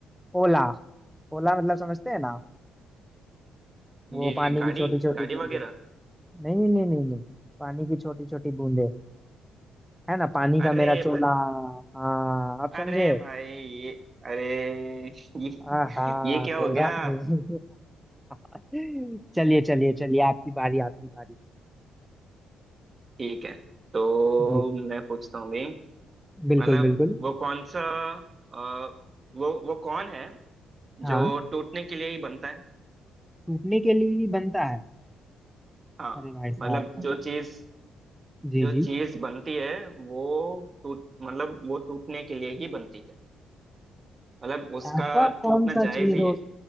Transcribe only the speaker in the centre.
ओला ओला मतलब समझते हैं ना आप? वो
पानी
की छोटी छोटी
बूंदे
नहीं नहीं नहीं नहीं नहीं पानी की छोटी छोटी बूंदे है ना पानी
का मेरा
चोला हाँ आप
समझे
आहा
कोई
बात नहीं <laughs> चलिए चलिए चलिए आपकी बारी आपकी बारी
जी
बिल्कुल
बिल्कुल
हाँ
टूटने के लिए ही बनता है
अरे भाई साहब
मतलब
जी
जी
ऐसा कौन
सा
चीज
हो